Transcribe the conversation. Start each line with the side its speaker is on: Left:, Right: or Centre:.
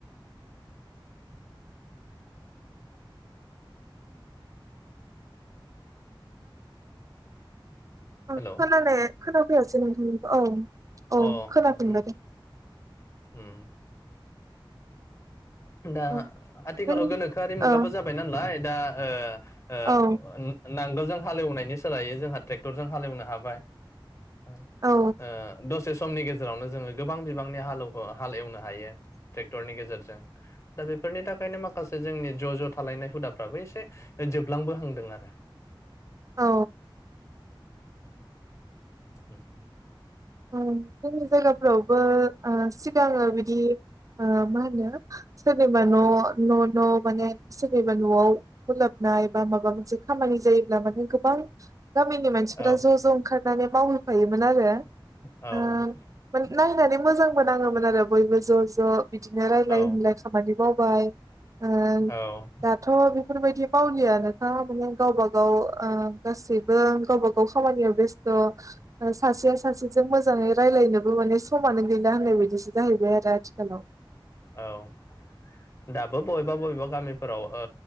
Right: <inaudible>
Left: हेलौ
Right: खोनाफैयासै नोंथांनिखौ औ। औ
Left: अ
Right: खोनाफिनबाय
Left: उम उम
Right: दे
Left: उम। दा
Right: औ
Left: आथिखालाव
Right: जोंनि
Left: गोनोखोआरि मुगाबो
Right: औ
Left: जाबाय नालाय दा ओ
Right: औ
Left: ओ नांगोल जों हालेवनायनि सोलायै जोंहा ट्रेक्टरजों हालेवनो हाबाय ओ
Right: औ
Left: द से समनि गेजेरावनो जोङो गोबां बिबांनि हालौ ओ हाल एवनो हायो ट्रेक्टरनि गेजेरजों। दा बेफोरनि थाखायनो माखासे जोंनि ज' ज' थालायनाय हुदाफ्राबो एसे जोबलांबोहांदों आरो।
Right: औ।
Left: उम।
Right: जोंनि जायगाफ्रावबो ओ सिगाङो बिदि ओ मा होनो सोरनिबा न' न' न' माने सोरनिबा न'आव बोलाबनाय बा माबा मोनसे खामानि जायो लाबाथाय गोबां गामिनि मानसिफोरा
Left: औ
Right: ज' ज' ओंखारनानै मावहैफायोमोन आरो। ओ
Left: औ
Right: माने नायनानै मोजांबो नाङोमोन आरो बयबो ज' ज' बिदिनो रायलाय
Left: औ
Right: होनलाय खामानि मावबाय ओ
Left: औ
Right: दाथ' बेफोरबायदि मावलियानो खामानि गावबा गाव ओ गासैबो गावबा गाव खामानियाव बेस्थ' सासेया सासे सासेजों मोजाङै रायज्लायनोबो माने समानो गैना होननाय बायदिसो जाहैबाय आरो आथिखालाव।
Left: औ दाबो बबेबा बबेबा गामिफोराव ओ